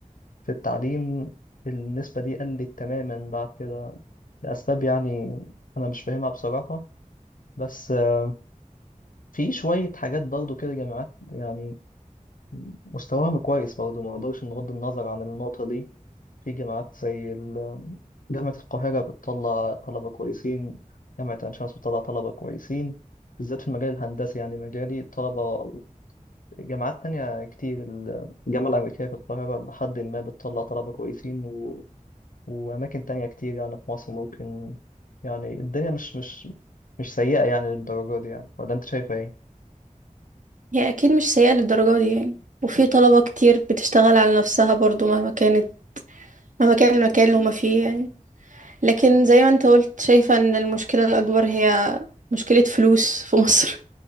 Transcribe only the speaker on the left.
في التعليم النسبة دي قلت تماما بعد كده لأسباب يعني أنا مش فاهمها بصراحة بس آه، في شوية حاجات برضو كده جامعات يعني مستواهم كويس برضه ما اقدرش نغض النظر عن النقطة دي في جامعات زي ال- جامعة القاهرة بتطلع طلبة كويسين جامعة عين شمس بتطلع طلبة كويسين بالذات في المجال الهندسي يعني مجالي الطلبة جامعات تانية كتير الجامعة الأمريكية في القاهرة لحد ما بتطلع طلبة كويسين و... وأماكن تانية كتير يعني في مصر ممكن يعني الدنيا مش مش مش سيئة يعني للدرجة دي يعني ولا أنت شايفة إيه؟